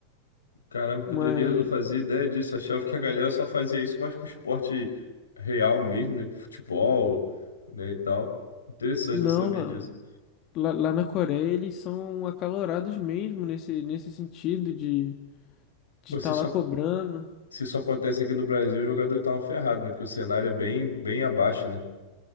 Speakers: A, on the left; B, on the left.
A: caramba, que
B: mas
A: doideira, eu não fazia ideia disso. Eu achava que a galera só fazia isso mais com esporte real mesmo, né? Com futebol, né, e tal. Interessante,
B: não,
A: não sabia
B: lá,
A: disso.
B: lá, lá na Coreia eles são acalorados mesmo nesse, nesse sentido de de
A: Pô,
B: estar
A: se isso,
B: lá
A: ac-
B: cobrando.
A: se isso acontece aqui no Brasil, o jogador tá um ferrado, né? Porque o cenário é bem, bem abaixo, né?